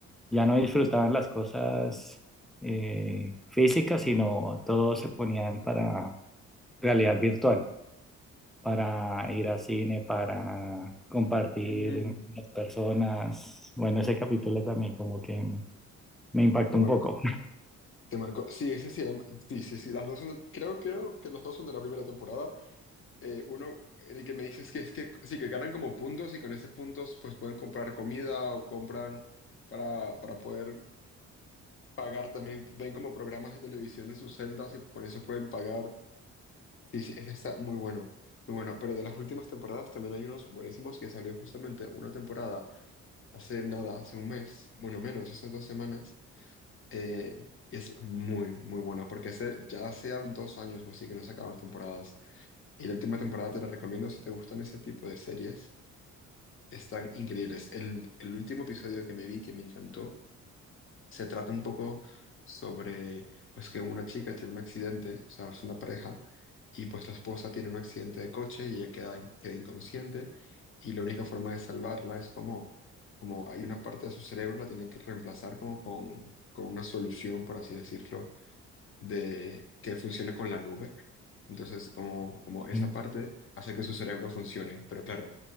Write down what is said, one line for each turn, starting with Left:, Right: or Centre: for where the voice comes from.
Centre: ya no disfrutaban las cosas eh, físicas, sino todo se ponían para realidad virtual, para ir al cine, para compartir
Left: Mm.
Centre: con las personas. Bueno, ese capítulo también como que me me impactó
Left: Te marco,
Centre: un poco.
Left: te marco. Sí, sí, sí, am- sí, sí, sí. Las dos son, creo, creo que los dos son de la primera temporada. Eh, uno, el que me dices que es que sí, que ganan como puntos y con esos puntos pues pueden comprar comida o compran para, para poder pagar también. Ven como programas de televisión en sus celdas y con eso pueden pagar. Sí, sí, ese está muy bueno, muy bueno. Pero de las últimas temporadas también hay unos buenísimos que salió justamente una temporada hace nada, hace un mes, bueno, menos, hace dos semanas eh, es muy, muy buena, porque hace ya hacían dos años o así que no sacaban temporadas. Y la última temporada te la recomiendo si te gustan ese tipo de series. Están increíbles. El, el último episodio que me vi, que me encantó, se trata un poco sobre, pues, que una chica tiene un accidente, o sea, es una pareja, y pues la esposa tiene un accidente de coche y ella queda, queda inconsciente, y la única forma de salvarla es como como hay una parte de su cerebro, la tienen que reemplazar como con, con una solución, por así decirlo, de que funcione con la nube. Entonces, como, como esa
Centre: Sí,
Left: parte hace que su cerebro funcione, pero claro,